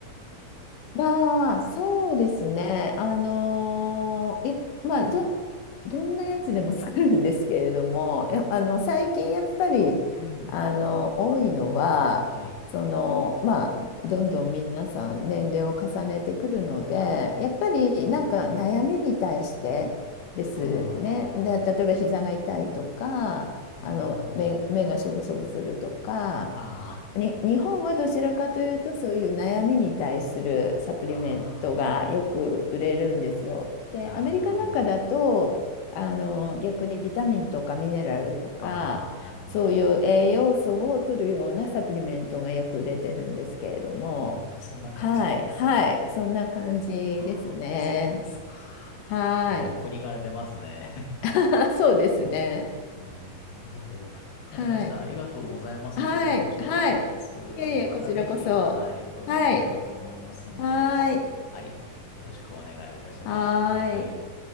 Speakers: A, on the left (about 80°); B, on the left (about 60°).
A: まあ、そうですね。あのーい、まあ、ど、どんなやつでも作るんですけれども、や、あの、最近やっぱり、
B: うん。
A: あの、多いのは、
B: はい。
A: その、まあ、どんどん皆さん年齢を重ねてくるので、
B: あ
A: やっぱりなんか悩みに対してですね。
B: あ
A: で、例えば膝が痛いとか、
B: ー、
A: あの、
B: なるほど。
A: 目、目がしょぼしょぼするとか、
B: あ
A: に、日本はどちらかというと、そういう悩みに対するサプリメントがよく売れるんですよ。
B: あ、ああ、
A: で、
B: なるほど。
A: アメリカなんかだと、あの、逆にビタミンとかミネラルとか、
B: ああ、なるほど、
A: そういう栄養素を取るようなサプリメントがよく売れてるんですけれども、
B: なるほど。なるほど、そんな感じなんですね。
A: はい、はい、そんな感じですね。
B: ああ、そうですか。
A: はい
B: いやー、お国から出ますね。
A: <laughs>。そうですね。
B: <laughs> うーん、なるほど。わかりました。
A: はい。
B: ありがとうございます。
A: はい。
B: いろいろ面白かったです。
A: はい。いえいえ、
B: またぜひ、
A: こちらこそ。
B: はい、お伺いできればと思いますんで。
A: はい。はーい。
B: はい、よろしくお願いいたします。
A: はーい。
B: はい。